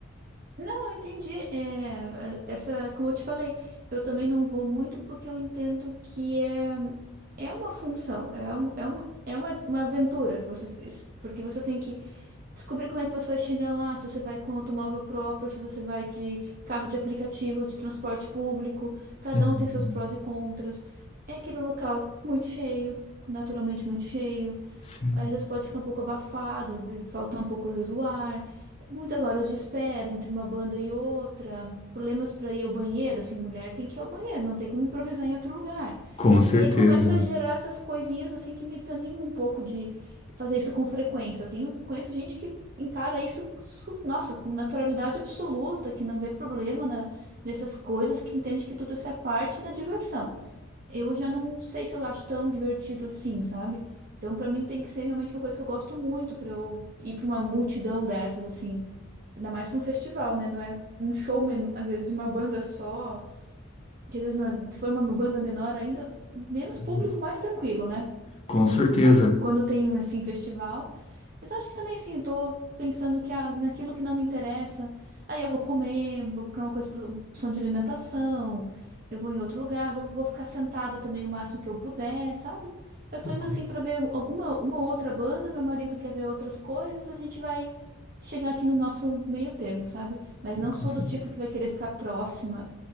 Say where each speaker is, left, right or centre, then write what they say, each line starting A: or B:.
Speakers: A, on the right; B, on the left.
A: Não, eu entendi. É, a- essa, como eu te falei, eu também não vou muito porque eu entendo que é, é uma função, é, um, é, um, é uma, uma aventura. Você, porque você tem que Descobrir como é que você vai chegar lá, se você vai com automóvel próprio, se você vai de carro de aplicativo, de transporte público. Cada
B: Uhum.
A: um tem seus prós e contras. É aquele local muito cheio, naturalmente muito cheio.
B: Sim.
A: Às vezes pode ficar um pouco abafado, faltar um pouco às vezes o ar. Muitas horas de espera entre uma banda e outra. Problemas para ir ao banheiro, assim, mulher tem que ir ao banheiro, não tem como improvisar em outro lugar.
B: Com certeza.
A: E aí começa a gerar essas coisinhas assim que me desanimam um pouco de fazer isso com frequência. Eu tenho, conheço gente que encara isso, su- nossa, com naturalidade absoluta, que não vê problema na- nessas coisas, que entende que tudo isso é parte da diversão. Eu já não sei se eu acho tão divertido assim, sabe? Então, pra mim tem que ser realmente uma coisa que eu gosto muito pra eu ir pra uma multidão dessas assim, ainda mais pra um festival, né? Não é um show men- às vezes de uma banda só que às vezes na- se for uma banda menor ainda, menos público,
B: Uhum.
A: mais tranquilo, né?
B: Com certeza.
A: Mas quando tem assim festival, mas acho que também assim, eu tô pensando que ah, naquilo que não me interessa, aí eu vou comer, vou procurar uma coisa pra opção de alimentação, eu vou em outro lugar, vou, vou ficar sentada também o máximo que eu puder, sabe? Eu tô indo
B: Com,
A: assim pra ver alguma uma outra banda, meu marido quer ver outras coisas, a gente vai chegar aqui no nosso meio termo, sabe? Mas não
B: com
A: sou
B: certeza.
A: do tipo que vai querer ficar próxima